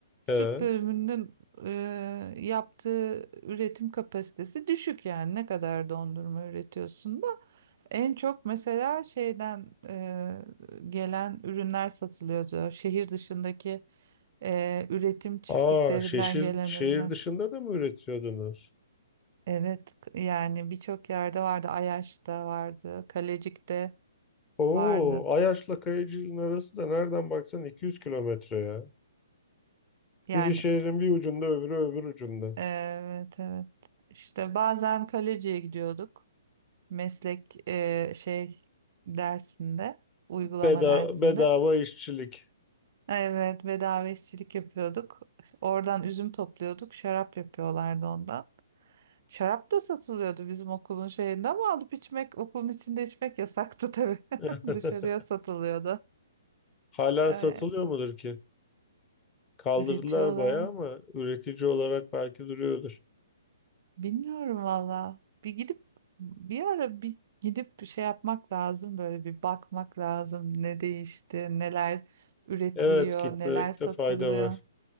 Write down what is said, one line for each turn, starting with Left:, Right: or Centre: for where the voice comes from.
Right: süt
Left: Evet.
Right: bölümünün e, yaptığı üretim kapasitesi düşük yani ne kadar dondurma üretiyorsun da en çok mesela şeyden e, gelen ürünler satılıyordu şehir dışındaki e, üretim çiftliklerinden
Left: Aa, şehir,
Right: gelen
Left: şehir
Right: ürünler.
Left: dışında da mı üretiyordunuz?
Right: Evet k- yani birçok yerde vardı Ayaş'ta vardı Kalecik'te
Left: Oo,
Right: vardı
Left: Ayaş'la Kayıcı'nın arası da nereden baksan 200 kilometre ya.
Right: yani
Left: Biri şehrin bir ucunda, öbürü öbür ucunda.
Right: Evet evet. İşte bazen kaleciye gidiyorduk. Meslek e, şey dersinde, uygulama
Left: Beda
Right: dersinde.
Left: bedava işçilik.
Right: Evet, bedava işçilik yapıyorduk. Oradan üzüm topluyorduk. Şarap yapıyorlardı ondan. Şarap da satılıyordu bizim okulun şeyinde ama alıp içmek, okulun içinde içmek yasaktı tabii.
Left: <laughs>
Right: <laughs> Dışarıya satılıyordu.
Left: Hala
Right: Ee,
Left: satılıyor mudur ki? Kaldırdılar
Right: üretiyorlar.
Left: bayağı ama üretici olarak belki duruyordur.
Right: Bilmiyorum valla. Bir gidip bir ara bir gidip bir şey yapmak lazım böyle bir bakmak lazım. Ne değişti, neler üretiliyor,
Left: Evet, gitmekte
Right: neler satılıyor.
Left: fayda var.